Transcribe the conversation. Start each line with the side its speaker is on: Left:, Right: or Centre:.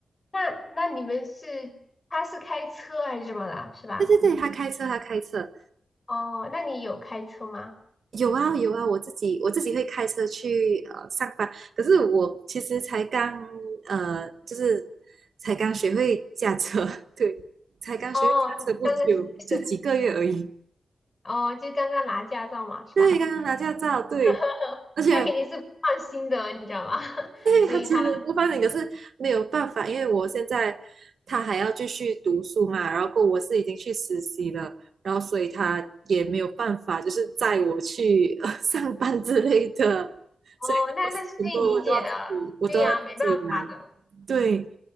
Left: 那那你们是他是开车还是怎么了？是吧？
Right: 对对对，他开车，他开车，
Left: 哦，那你有开车吗？
Right: 有啊有啊，我自己我自己会开车去呃上班，可是我其实才刚呃就是才刚学会驾车，<laughs> 对，才刚学会驾车不久，
Left: 哦，刚刚就是
Right: 就几个月而已，
Left: 哦，就刚刚拿驾照嘛，是吧
Right: 对，刚刚拿驾照，对，
Left: <laughs>？
Right: 而且
Left: 他肯定是不放心的，你知道吗？<laughs> 所以他
Right: 他其实不方便，可是没有办法，因为我现在他还要继续读书嘛，然后我是已经去实习了，然后所以他也没有办法，就是载我去呃上班之类的，<laughs>
Left: 哦，
Right: 所以我是很多事情我都要自己，
Left: 那那是可以理解的，
Right: 我都要自己来。
Left: 对呀，没办法的，
Right: 对，